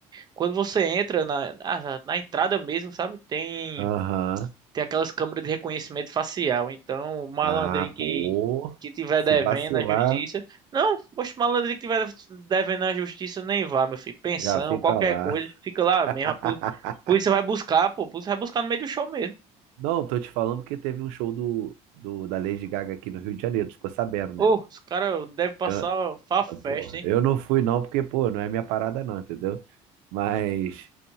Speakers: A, on the right (about 30°); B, on the right (about 85°).
A: quando você entra na, na, na entrada mesmo, sabe? Tem
B: Aham.
A: tem aquelas câmeras de reconhecimento facial. Então, o malandrinho
B: Ah,
A: que,
B: pô.
A: que tiver
B: Se
A: devendo
B: vacilar,
A: à justiça. Não, poxa, o malandrinho que tiver devendo à justiça nem vá, meu filho. Pensão,
B: já fica
A: qualquer
B: lá.
A: coisa, fica lá mesmo.
B: <laughs>
A: A poli- polícia vai buscar, pô. A polícia vai buscar no meio do show mesmo.
B: Não, tô te falando que teve um show do, do, da Lady Gaga aqui no Rio de Janeiro, tu ficou sabendo, né?
A: Ô, os caras devem passar
B: Eu,
A: fa festa,
B: porra,
A: hein?
B: eu não fui não, porque, pô, não é minha parada não, entendeu? Mas,